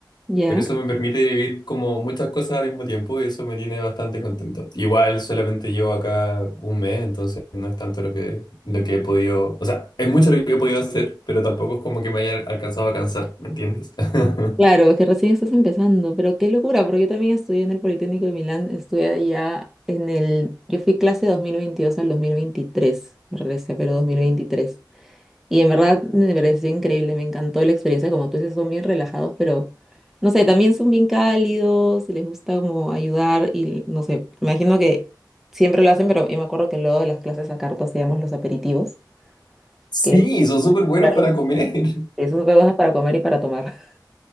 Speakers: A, in the centre; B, on the left.
A: Ya.
B: pero eso me permite vivir como muchas cosas al mismo tiempo y eso me tiene bastante contento. Igual solamente llevo acá un mes, entonces no es tanto lo que, lo que he podido, o sea, es mucho lo que he podido hacer, pero tampoco es como que me haya alcanzado a cansar, ¿me entiendes? <laughs>
A: Claro, que recién estás empezando, pero qué locura, porque yo también estudié en el Politécnico de Milán, estudié allá en el... Yo fui clase 2022 al 2023, me regresé, pero 2023. Y en verdad me pareció increíble, me encantó la experiencia, como tú dices, son bien relajados, pero no sé, también son bien cálidos, les gusta como ayudar y no sé, me imagino que siempre lo hacen, pero yo me acuerdo que luego de las clases a cartas hacíamos los aperitivos,
B: Sí,
A: que
B: son súper buenos
A: Claro.
B: para comer. <laughs>
A: esos son buenos para comer y para tomar. <laughs>